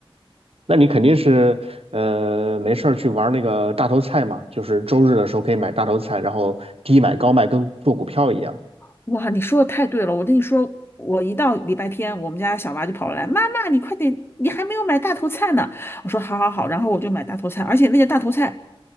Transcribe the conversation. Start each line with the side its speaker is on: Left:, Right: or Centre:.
Right: 那你肯定是呃没事儿去玩那个大头菜嘛，就是周日的时候可以买大头菜，然后低买高卖，跟做股票一样。
Left: <laughs> 哇，你说的太对了，我跟你说，我一到礼拜天，我们家小娃就跑过来，妈妈，你快点，你还没有买大头菜呢。我说好好好，然后我就买大头菜，而且那个大头菜